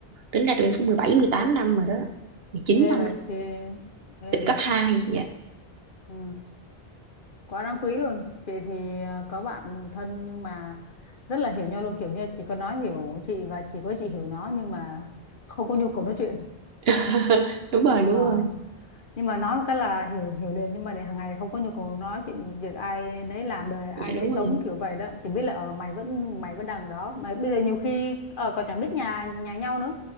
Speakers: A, on the right; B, on the left.
A: tính ra tụi em cũng mười bảy mười tám năm rồi đó 19
B: ghê
A: năm
B: vậy thì ghê
A: từ
B: vậy
A: cấp 2
B: ừ quá đáng quý luôn chị thì ờ, có bạn thân nhưng mà rất là hiểu nhau luôn kiểu như chỉ có nó hiểu chị và chỉ có chị hiểu nó nhưng mà không có nhu cầu nói chuyện
A: <laughs> đúng rồi đúng
B: ờ
A: rồi
B: nhưng mà nói một cái là hiểu hiểu liền nhưng mà để hàng ngày không có nhu cầu nói chuyện việc ai nấy làm đời ai
A: dạ
B: nấy
A: đúng
B: sống
A: rồi
B: kiểu vậy đó chỉ biết là ở mày vẫn mày vẫn đằng đó mà bây giờ nhiều khi ờ còn chẳng biết nhà nhà nhau nữa